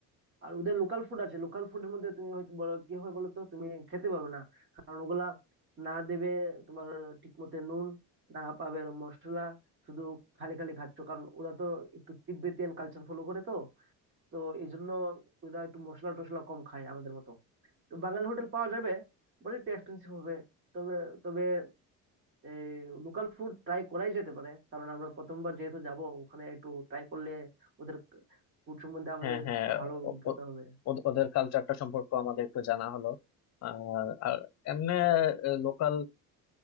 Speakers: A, on the right; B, on the left.
A: আর ওদের লোকাল ফুড আছে লোকাল ফুডের মধ্যে তুমি হয়তো বলো কি হয় বলো তো তুমি খেতে পারবে না কারণ ওগুলা না দেবে তোমার ঠিক মতো নুন না পাবে মশলা শুধু খালি খালি খাচ্ছ কারণ ওরা তো একটু তিব্বেতিয়ান কালচার ফলো করে তো তো এই জন্য ওরা একটু মশলা টশলা কম খায় আমাদের মতো বাঙালি হোটেল পাওয়া যাবে বাট একটু এক্সপেন্সিভ হবে তবে তবে এই লোকাল ফুড ট্রাই করাই যেতে পারে কারণ আমরা প্রথমবার যেহেতু যাব ওখানে একটু ট্রাই করলে ওদের ফুড সম্বন্ধে আমাদের
B: হ্যাঁ হ্যাঁ
A: ভালো অভিজ্ঞতা
B: ও- ও-
A: হবে
B: ওদ- ওদের কালচারটা সম্পর্কে আমাদের একটু জানা হলো আর আর এমনি লোকাল